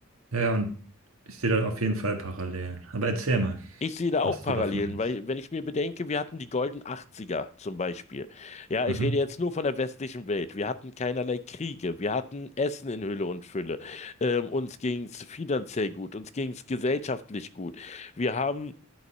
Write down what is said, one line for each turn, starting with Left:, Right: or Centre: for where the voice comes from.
Right: Ja, ja, und ich sehe da auf jeden Fall parallel Aber erzähl mal,
Left: Ich sehe da auch
Right: was
Left: Parallelen,
Right: du davon hältst.
Left: weil wenn ich mir bedenke, wir hatten die goldenen Achtziger zum Beispiel. Ja, ich
Right: Mhm.
Left: rede jetzt nur von der westlichen Welt. Wir hatten keinerlei Kriege, wir hatten Essen in Hülle und Fülle. Ähm, uns ging es finanziell gut, uns ging es gesellschaftlich gut. Wir haben